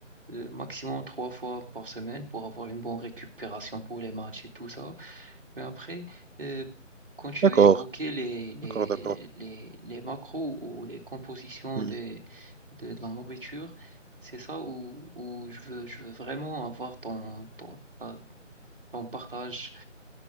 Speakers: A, on the right (about 45°); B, on the right (about 80°).
A: euh, maximum trois fois par semaine pour avoir une bonne récupération pour les matchs et tout ça. Mais après, euh, quand tu
B: D'accord,
A: as évoqué les, les,
B: d'accord, d'accord.
A: les, les macros ou les compositions
B: Hmm.
A: des, de, de la nourriture, c'est ça où, où je veux, je veux vraiment avoir ton, ton, ta- ton partage.